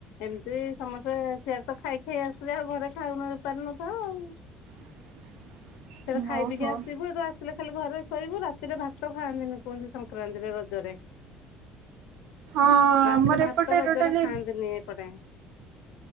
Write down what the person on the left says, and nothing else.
ଏମିତି ସମସ୍ତେ ସିଆଡେ ତ ଖାଇ ଖାଇ ଆସୁ ଯାହା ଆଉ ଘରେ ଖାଉ ପାରୁନଥାଉ ଆଉ।
ସେଆଡେ ଖାଇ
ପିଇ
ବୁ ଆସିବୁ ହେଟୁ ଆ ସିଲେ ଖାଲି ଘରେ ଶୋଇବୁ। ରାତିରେ ଭାତ ଖାଆନ୍ତିନି କୁହନ୍ତି ସଂକ୍ରାନ୍ତିରେ ରଜରେ।
ରାତିରେ ଭାତ
ରଜରେ
ଖାଆନ୍ତିନି ଏପଟେ।